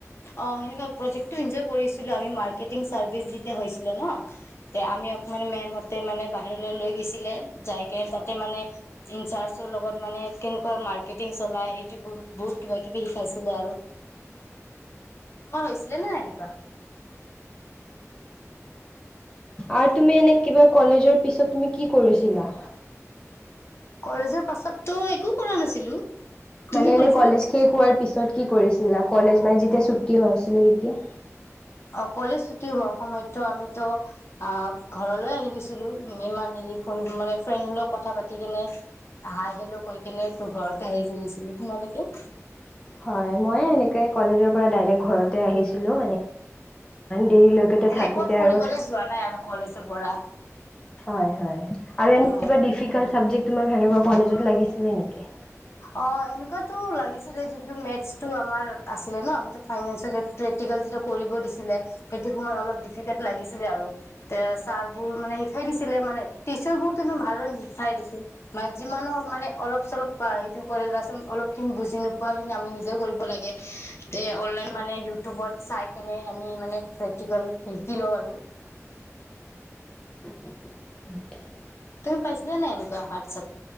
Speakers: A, on the left; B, on the left.
A: অঁ সনেকুৱা কৰিছিলো আঁ চাৰ্চ হৈ ন আমি অঁ মমে লিছিলে যাইক তাতে মানে ইনচাৰ্জৰ লগত মানে কেনেকুৱা মাৰ্কেটিং চলাই সেইটো বোৰ বহুত কিবা কিবি শিকাইছিলে আৰু মৰ হৈছিলে ন এনেকুৱা
B: আৰু তুমি এনে কিবা কলেজৰ পিছত তুমি কি কৰিছিলা
A: কলেজৰ পাছততো একো কৰা নাছিলো তুমি
B: মান এনে
A: কৰিছিলা
B: কলেজ খ খোৱাৰ পিছত কি কৰিছিলা কলেজ মানে যেতিয়া ছু্টি হৈছিলে তেতিয়া
A: অঁ কলেজ ছুটি হোৱা সময়ততো আমিতো অ ঘৰলৈ আহি গৈছিলো ইমান হেৰি মানে ফ্ৰেড হলেক কথা পাতি কেনে হাই হেলো কৈ কেনে ত ঘৰতে আহিছিলো তোমালোকে
B: হয় মই এনেকুৱা কলেজৰ পৰা আহি দাৰেক ঘৰতে আহিছিলো হেৰি লগত
A: এনে
B: থাকোতে
A: ক'ত ফুৰিবলৈ
B: আৰু
A: যোৱা নাই আৰু কলেজৰ পৰা
B: হয় হয় আৰু এনেকুৱাও
A: হয়
B: ডিফিকেল চাবজেক্ট তোমাৰ সেনেকুৱা কলেজত লাগিছিলে নেকি
A: অঁ এনেকুৱাতটো লাগিছিলে যোনটো মেথছটো আমাৰ আছিলে ন আমাৰ ফাইনেস প্ৰেক্টিকেল কৰিব দিছিলে সেইটো সময়ত অলপ ডিফিকালট লাগিছিলে আৰু তে ছাৰবোৰ মানে শাই দিছিলে মানে টিচাৰোৰে ভালৰ শিকাই দিছিল ম যিমানো মানে অলপ চলপ সেইটো কৰে অলপখিনি বুজি নোপোৱা আমি নিজে কৰিব লাগে অনলাইন মানে ইউটিউবত চাই কিনে আমি মানে প্ৰেক্টিকেল শিকি লওঁ আৰু
B: হয়
A: তুমি পাইছিলা ন এনেকুৱাই হাৰছ